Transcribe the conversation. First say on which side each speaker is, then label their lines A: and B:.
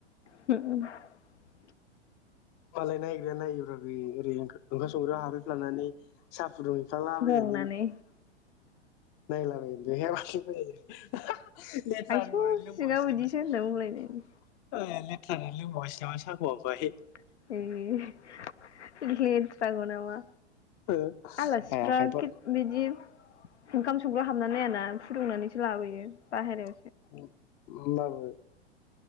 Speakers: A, on the left; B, on the left.
A: <unintelligible>
B: मालाय नायग्राया नायोब्रा बे ओरै ओंखाम संग्रायाव हाबैफ्लानानै साब फुदुंहैफ्लालाबायनानै
A: गंनानै
B: नायलां नायला बायो। <unintelligible> <unintelligible> लेथ्रा
A: आइसौ
B: होनानै लोंबावासै
A: सिङाव
B: नामा
A: बिदिसो
B: आसोल
A: होनना बुंलायनायनि
B: ओ लेथ्रा होनानै <unintelligible> साखौ ओमफ्राय
A: <unintelligible> <unintelligible> नामा।
B: ओ
A: आलासिफ्रा
B: हाया खायफा
A: खि बिदि ओंखाम संग्रा हाबनानै नायाना फुदुंनानैसो लाबोयो बाहेरा
B: <unintelligible> होनबाबो